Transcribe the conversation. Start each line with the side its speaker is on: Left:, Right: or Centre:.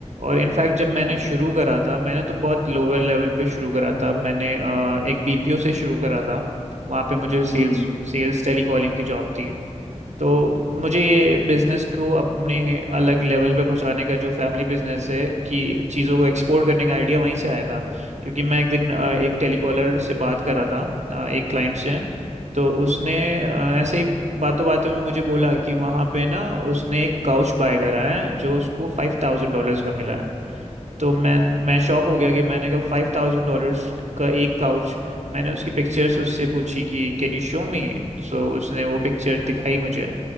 Right: और इनफैक्ट जब मैंने
Left: हम्म
Right: शुरू करा था मैंने तो बहुत लोअर लेवल पे शुरू करा था मैंने अ, एक बीपीओ से शुरू करा था वहाँ पे मुझे सेल्स
Left: हम्म हम्म।
Right: सेल्स टेलीकॉलिंग की जॉब थी तो मुझे ये बिजनेस को अपने अलग लेवल पे पहुंचाने का जो फैमिली बिजनेस है कि चीज़ों को एक्सपोर्ट करने का आइडिया वहीं से आया था क्योंकि मैं एक दिन अ, एक टेलीकॉलर से बात कर रहा था अ, एक क्लाइंट से तो उसने अ, ऐसे ही बातों बातों में मुझे बोला कि वहाँ पे ना उसने एक काउच बाय करा है जो उसको फाइव थाउजेंड डॉलर्स का मिला है तो मैं मैं शॉक हो गया कि मैंने कहा फाइव थाउजेंड डॉलर्स का एक काउच मैंने उसकी पिक्चर्स उससे पूछी कि can you show me so उसने वो पिक्चर दिखाई मुझे